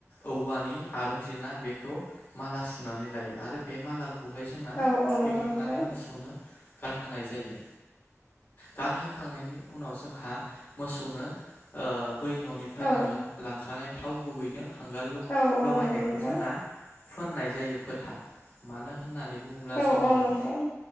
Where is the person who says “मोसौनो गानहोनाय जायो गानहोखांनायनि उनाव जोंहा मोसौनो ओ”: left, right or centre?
Left